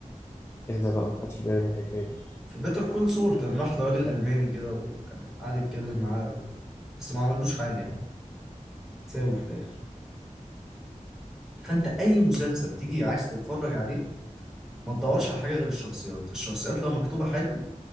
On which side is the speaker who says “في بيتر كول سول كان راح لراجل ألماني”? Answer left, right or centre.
Centre